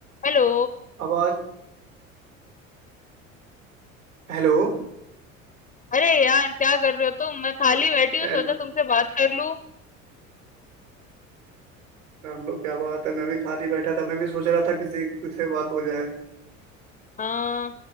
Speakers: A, on the left; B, on the right.
A: Hello
B: आवाज हेलो
A: अरे यार क्या कर रहे हो तुम मैं खाली बैठी हूँ
B: ए,
A: सोचा तुमसे बात कर लूं
B: कर लो क्या बात है मैं भी खाली बैठा था मैं भी सोच रहा था किसी किसी बात हो जाए
A: हाँ